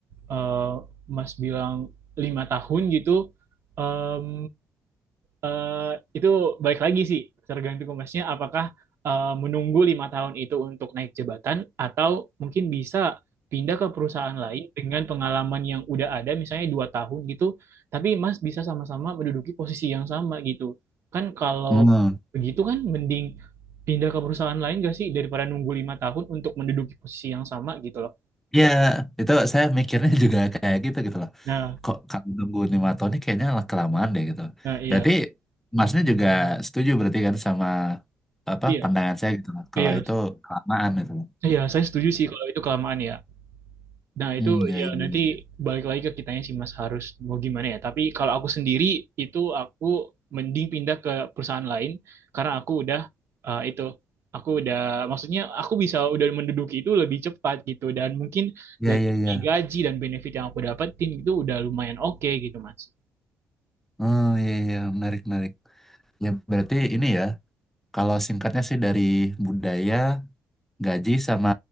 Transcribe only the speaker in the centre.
Hmm.
Iya, itu saya mikirnya juga kayak gitu gitu loh.
Kok kalau tunggu lima tahun ini kayaknya lah kelamaan deh gitu.
Berarti masnya juga setuju berarti kan sama apa
pandangan saya gitu loh. Kalau
itu kelamaan gitu loh.
Hmm,
ya,
ya,
ya,
ya, ya.
ya, ya.
Oh, ya, ya, ya. menarik, menarik. Ya, berarti ini ya, kalau singkatnya sih dari budaya, gaji sama